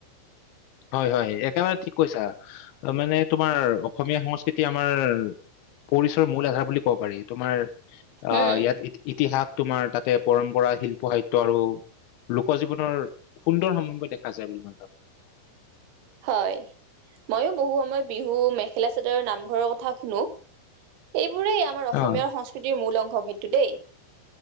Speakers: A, on the left (about 75°); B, on the right (about 85°).
A: হয়-হয় একেবাৰে ঠিক কৈছা মানে তোমাৰ অসমীয়া সংস্কৃতি আমাৰ পৰিচৰ মূল আধাৰ বুলি ক'ব পাৰি, তোমাৰ? অ'
B: উম
A: ইয়াত ইতিহাস তোমাৰ তাতে পৰম্পৰা শিল্প সাহিত্যয় আৰু লোক জীৱনৰ সুন্দৰ সমভময় দেখা যায় বুলি মই কওঁ।
B: হয় ময়ো বহু সময়ত বিহু মেখেলা চাদৰ নামঘৰৰ কথা শুনো, এইবোৰেই আমাৰ
A: ভাবো
B: অসমীয়া
A: অ
B: সংস্কৃতিৰ মূল অংশ কিন্তু দেই।